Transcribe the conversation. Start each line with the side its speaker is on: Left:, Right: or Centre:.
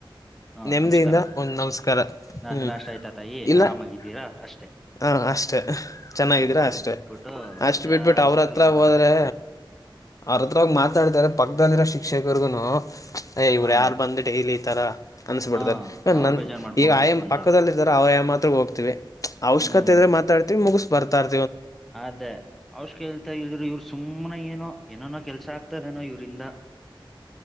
Centre: ಹಾ
Left: ನೆಮ್ಮದಿಯಿಂದ
Centre: ನಮಸ್ಕಾರ
Left: ಒಂದ ನಮಸ್ಕಾರ
Centre: ನಾಶ
Left: ಹ್ಮ್
Centre: ನಾಷ್ಟ ಆಯ್ತಾ ತಾಯಿ
Left: ಇಲ್ಲ
Centre: ಆರಾಮಾಗಿದ್ದೀರಾ ಅಷ್ಟೇ
Left: ಹ ಅಷ್ಟೆ ಚೆನ್ನಾಗಿದ್ರೆ
Centre: ಹಾ
Left: ಅಷ್ಟೆ
Centre: ಬಿಟ್ಬಿಟ್ಟು
Left: ಅಷ್ಟು
Centre: ಜಾಸ್ತಿ
Left: ಬಿಟ್ಬಿಟ್ಟು ಅವ್ರತ್ರ
Centre: ಎಲ್ಲ ಮಾತಾಡಕ್
Left: ಹೋದ್ರೆ
Centre: ಹೋಗ್ಬಾರ್ದು
Left: ಅವ್ರತ್ರವಾಗಿ ಮಾತಾಡತಾರೆ ಪಕ್ಕದಲ್ಲಿರೋ ಶಿಕ್ಷಕರಿಗುನು ಏ ಇವ್ರು
Centre: ಹಾ
Left: ಯಾರ ಬಂದ ಡೈಲಿ ಈ ತರ ಅನ್ಸ್ಬಿಡ್ತಾರೆ
Centre: ಹಾ
Left: ಇವ
Centre: ಅವ್ರ
Left: ನ
Centre: ಬೇಜಾರ್ ಮಾಡ್ಕೊಂಡ್
Left: ಈಗ ಆಯ್
Centre: ಕುತ್ಕೊಂತಾರೆ
Left: ಪಕ್ಕದಲ್ಲಿ ಇದ ಅವಯ ಮಾತ್ರ ಹೋಗತತಿವಿ ಅವಶ್ಯಕತೆ
Centre: ಹ್ಮ್
Left: ಇದ್ರೆ ಮಾತಾಡ್ತಿವಿ ಮುಗಿಸ್ ಬರ್ತಾವಿ
Centre: ಅದೇ ಅವಶ್ಕ ಇಲ್ತ ಇಲ್ದ್ರರು ಇವ್ರು ಸುಮನೆ ಏನೋ ಏನನೋ ಕೆಲ್ಸ ಆಗ್ತದೇನೋ ಇವ್ರಂದ